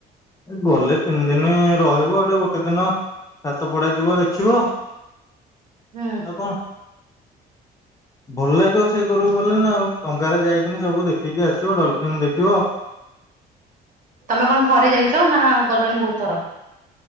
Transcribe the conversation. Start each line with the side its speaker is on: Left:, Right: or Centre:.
Left: ଗଲେ ତିନି ଦିନ ରହିବ ଗଟେ ଗୋଟେ ଦିନ ଛାତ ପଡା ଯିବ ଦେଖିବ
Right: ହଁ
Left: ଆଉ କଣ ଭଲ ଲାଗିବ ସେ କରକୁ ଗଲେ
Right: ହୁଁ।
Left: ନା ଆଉ ଟଙ୍କାରେ ଯାଇି ସବୁ ଦେଖିକି ଆସିବ ଡଲଫିିନ ଦେଖିବ
Right: ତମେ କଣ ଥରେ ଯାଇଛ ନା ଗଲଣିି ବହୁତ ଥର